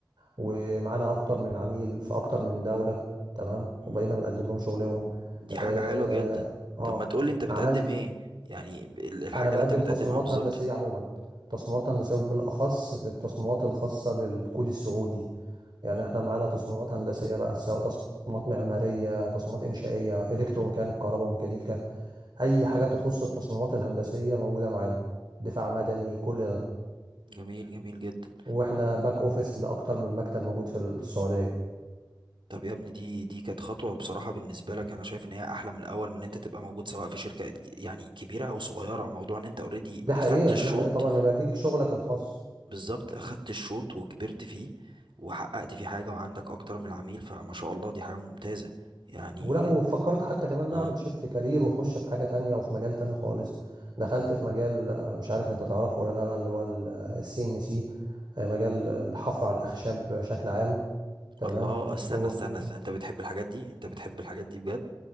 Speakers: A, on the right; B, on the right.
A: ومعانا اكتر من عميل في اكتر من دولة تمام
B: مم.
A: وبقينا بنقدم لهم شغلهم
B: دي
A: اه
B: حاجة حلوة جدا
A: آه.
B: طب ما تقولي انت بتقدم
A: عملت
B: ايه يعني ب- ال- الحاجة
A: انا بقدم
B: اللي انت بتقدمها
A: تصميمات
B: بالظبط
A: هندسية عموما تصميمات هندسية وبالاخص في التصميمات الخاصة بالكود السعودي يعني
B: مم.
A: احنا معانا تصميمات هندسية بقى سواء تصميمات معمارية تصميمات إنشائية إلكتروميكانيك كهرباء وميكانيكا أي حاجة تخص التصميمات الهندسية موجودة معانا دفاع مدني كل ده
B: جميل جميل جدا
A: واحنا باك أوفيس لأكتر من مكتب موجود في السعودية
B: طب يا ابني دي دي كانت خطوة بصراحة بالنسبة لك انا شايف ان هي احلى من الاول من ان انت تبقى موجود سواء في شركة ج- يعني كبيرة او صغيرة موضوع ان انت اوريدي
A: دي حقيقة
B: اخدت الشوط
A: دي حقيقة طبعا يبقى ليك شغلك الخاص
B: بالظبط اخدت الشوط وكبرت فيه وحققت فيه حاجة وعندك اكتر من العميل فما شاء الله دي حاجة ممتازة يعني
A: ولا وفكرت حتى كمان
B: اه
A: نعمل شيفت كارير واخش في حاجة تانية وفي مجال تاني خالص دخلت في مجال آه، مش عارف انت تعرفه ولا لا اللي هو السي ان سي مجال الحفر على الأخشاب بشكل عام تمام
B: الله استنى
A: هو
B: استنى, استنى.
A: آه.
B: انت بتحب الحاجات دي انت بتحب الحاجات دي بجد